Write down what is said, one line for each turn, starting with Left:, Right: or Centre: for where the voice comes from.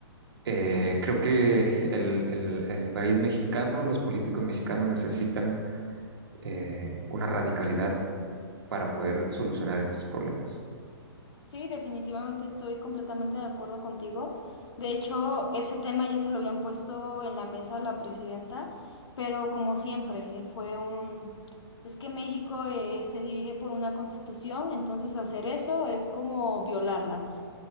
Right: eh, creo que el, el- el país mexicano, los políticos mexicanos necesitan eh, una radicalidad para poder solucionar estos problemas.
Left: Sí, definitivamente estoy completamente de acuerdo contigo. De hecho, ese tema ya se lo habían puesto en la mesa la presidenta, pero como siempre, eh, fue un... Es que México eh, se dirige por una constitución, entonces hacer eso es como violarla.